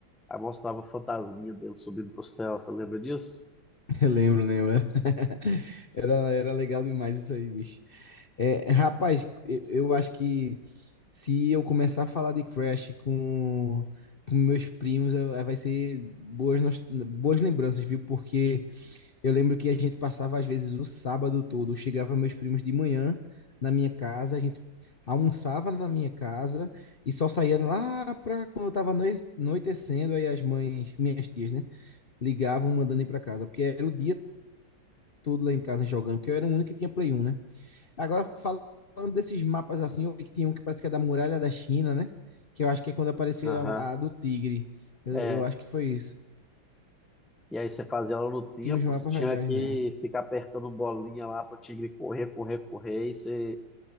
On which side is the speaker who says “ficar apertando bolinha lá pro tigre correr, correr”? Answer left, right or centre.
Centre